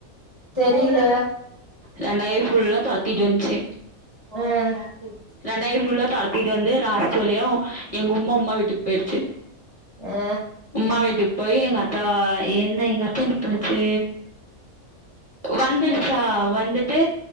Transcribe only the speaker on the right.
ரண்டாவீ ஃபுல்லா தொரத்திட்டு வஞ்ச்சு
ரண்டா வீ ஃபுல்லா தொர த்திட்டு வந்து ராஸ் சொல்லியு எங்க உம்மா உம்மா வீட்டுக் போய்டுச்சு
உம்மா வீட்டுக் போயி எங்க அத்தா என்ன எங்க அத்தா என்ன பண்ணுச்சு வந்துரு சா வந்துட்டு